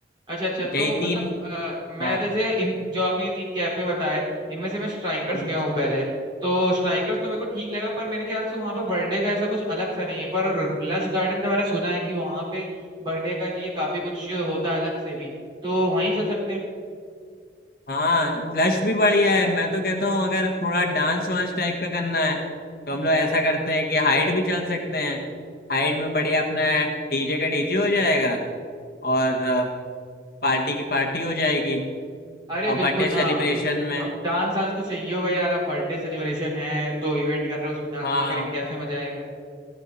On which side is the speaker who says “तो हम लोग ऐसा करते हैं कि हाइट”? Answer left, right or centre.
Left